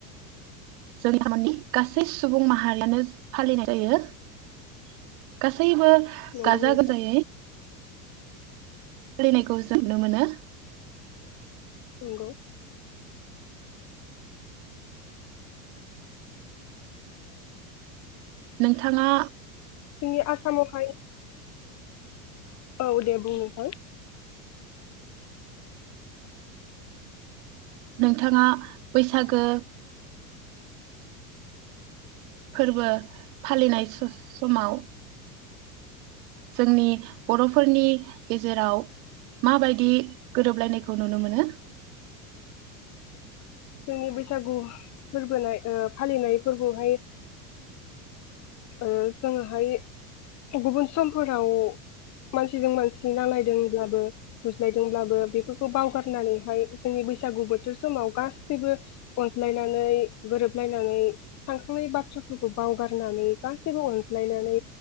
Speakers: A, on the right; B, on the left.
A: जोंनिनि गासै सुबुं माहारियानो फालिनाय जायो। गास गासैबो
B: नंगौ
A: गाजा
B: नोंथां
A: गोमजायै फालिनायखौ जों नुनो मोनो।
B: नंगौ।
A: नोंथाङा
B: जोंनि आसामावहाय औ दे बुंनो <unintelligible>
A: नोंथाङा बैसागो फोरबो फालिनाय स-समाव जोंनि बरफोरनि गेजेराव माबायदि गोरोबलायनायखौ नुनो मोनो?
B: जोंनि बैसागु फोरबोनाय ओ फालिनाय फोरबोआवहाय ओ जोङोहाय गुबुन समफोराव मानसिजों मानसि नांलायदोंब्लाबो बुज्लायदोंब्लाबो बेफोरखौ बावगारनानैहाय जोंनि बैसागु बोथोर समाव गा गासैबो अनज्लायनानै गोरोबलायनानै थांखांनाय बाथ्राफोरखौ बावगारनानै गासैबो अनज्लायनानै